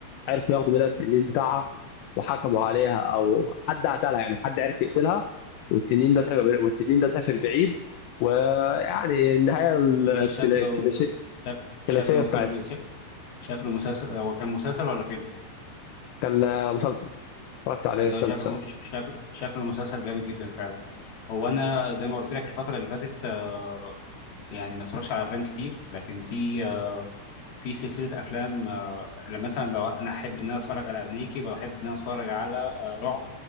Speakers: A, on the left; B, on the left.
A: عرفوا ياخدوا منها التنين بتاعها وحكموا عليها او حد قتلها يعني حد عرف يقتلها والتنين ده سافر والتنين ده سافر بعيد ويعني النهايه الكلا-
B: ده شكله
A: الكلاشيه
B: شك...
A: الكلاشيه
B: شكله
A: بتاعت
B: فيلم ش... شكله مسلسل هو كان مسلسل ولا فيلم؟
A: كان مسلسل اتفرجت عليه
B: ده
A: في ثالثه
B: شكله
A: ثانوي
B: ش- شكل... شكله مسلسل جامد جدا فعلا هو انا زي ما قلت لك الفترة اللي فاتت آه، يعني ما اتفرجش على افلام كتير لكن في آه، في سلسلة افلام آه، لما مثلا لو انا احب ان انا اتفرج على امريكي بحب ان انا اتفرج على آه، رعب